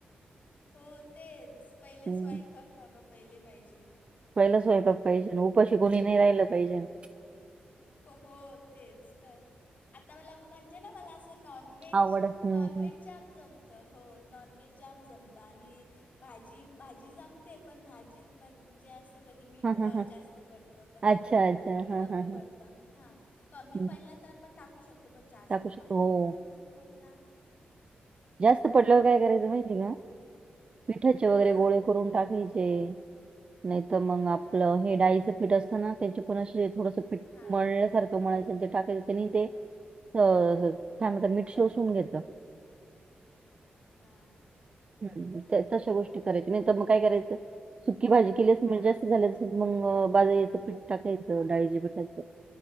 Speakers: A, on the left; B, on the right.
A: हो तेच, पहिले
B: हं.
A: स्वयंपाक बाबा पहिले पाहिजे.
B: पहिलं स्वयंपाक पाहिजे, उपाशी कोणी नाही राहिलं पाहिजेन.
A: क् हो तेच तर. आता मला म्हणजे ना, मला असं नॉनव्हेज
B: आवड हं,
A: नॉनव्हेज
B: हं.
A: जाम जमतं, हो नॉन-व्हेज जाम जमतं आणि भाजी-भाजी जमते, पण भाजीत म्हणजे आस त, कधी मीठ
B: हं, हं, हं.
A: जास्त पडत, कधी
B: अच्छा,
A: क
B: अच्छा. हां,
A: कमी
B: हां, हां.
A: पडत, हा कमी
B: हं.
A: पड लं तर आपण टाकू शकतो, पण जास्त
B: टाकू शकतो.
A: पडलं
B: हो.
A: कोण टाकणार?
B: जास्त पडल्यावर काय करायचं माहिती आहे का? पिठाचे वगैरे
A: हां
B: गोळे करून टाकायचे. नाही तर मग आपलं
A: हां हां
B: हे
A: हां
B: डाळीचं पीठ असतना, त्यांचे पण अस थोडस पीठ
A: हां
B: मळण्यासारख मळायच ते टाकायचे, त्यांनी ते अ
A: हां
B: काय म्हणता मीठ शोषून घेत.
A: हां.
B: ह्म ह्म, तशा
A: हां
B: गोष्टी
A: हां
B: करायच्या,
A: हां
B: नाहीतर मग काय करायचं सुकी भाजी केली असलं
A: हां
B: मग जास्त झाली अस मग बाजरीच पीठ टाकायचं, डाळीच्या पीठाच